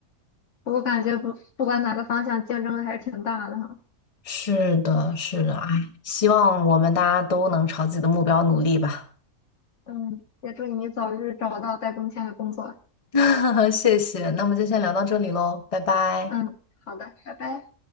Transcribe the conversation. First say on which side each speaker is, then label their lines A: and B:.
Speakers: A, on the left (about 60°); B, on the left (about 25°).
A: 我感觉不不管哪个方向，竞争还是挺大的哈。
B: 是的，是的，哎，希望我们大家都能朝自己的目标努力吧。
A: 嗯，也祝你早日找到带工签的工作。
B: <laughs> 谢谢，那我们就先聊到这里喽，拜拜。
A: 嗯，好的，拜拜。